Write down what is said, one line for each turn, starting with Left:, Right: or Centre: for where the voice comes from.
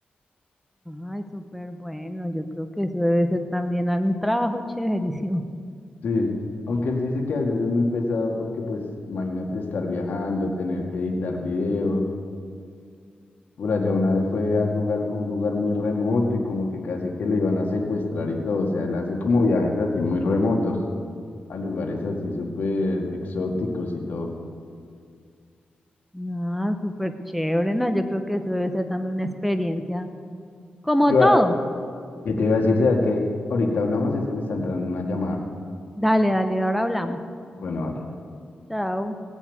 Centre: Ay, súper bueno. Yo creo que eso debe ser también un trabajo chéverísimo. <laughs>
Left: Sí, aunque él dice que a veces es muy pesado porque pues imagínate estar viajando, tener que editar videos. Por allá una vez fue a un lugar, un lugar muy remoto y como que casi que le iban a secuestrar y todo. O sea, él hace como viajes así muy remotos a lugares así súper exóticos y todo.
Centre: Ah, súper chévere. No, yo creo que eso debe ser también una experiencia. Como
Left: Iba-
Centre: todo.
Left: ¿Qué te iba a decir? Sea que ahorita hablamos, es que me está entrando una llamada.
Centre: Dale, dale, ahora hablamos.
Left: Bueno, vale.
Centre: Chao.